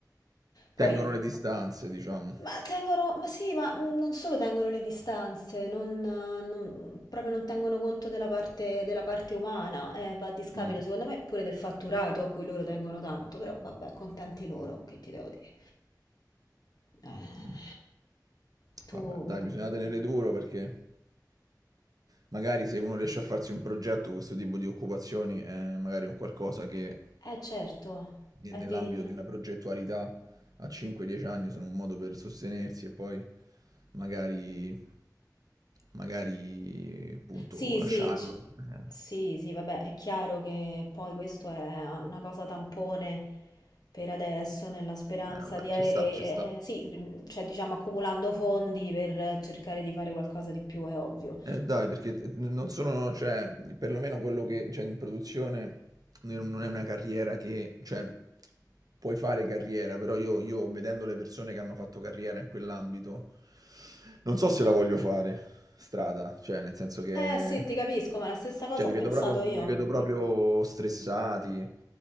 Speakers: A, on the right; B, on the left.
A: Tengono
B: poi
A: le distanze, diciamo.
B: ma tengono, ma sì, ma mm, non solo tengono le distanze, non, eh, non- proprio non tengono conto della parte, della parte umana, eh, va a discapito
A: Mm.
B: secondo me pure del fatturato a cui loro tengono tanto, però vabbè, contenti loro, che ti devo dire. Eh,
A: Mm.
B: tu,
A: Vabbè,
B: mm,
A: dai, bisogna tenere duro perché magari se uno riesce a farsi un progetto, questo tipo di occupazioni è magari un qualcosa che
B: eh certo,
A: eh,
B: è
A: nell'ambito
B: di...
A: di una progettualità a 5-10 anni sono un modo per sostenersi e poi magari, magari appunto
B: Sì,
A: lasciarlo.
B: sì, c-
A: Eh,
B: sì, sì, vabbè, è chiaro che poi questo è una cosa tampone per adesso, nella speranza
A: eh, vabbè,
B: di
A: ci
B: avere,
A: sta, ci
B: eh,
A: sta.
B: eh, sì, mh, cioè diciamo accumulando fondi per cercare di fare qualcosa di più, è ovvio.
A: Eh dai, perché t n non sono cioè, perlomeno quello che c'è in produzione n non è una carriera che cioè, puoi fare carriera, però io io vedendo le persone che hanno fatto carriera in quell'ambito, non so se la voglio fare strada, cioè nel senso che
B: Eh sì, ti capisco, ma la stessa cosa
A: cioè
B: ho
A: li vedo
B: pensato
A: proprio li
B: io.
A: vedo Sì. proprio stressati,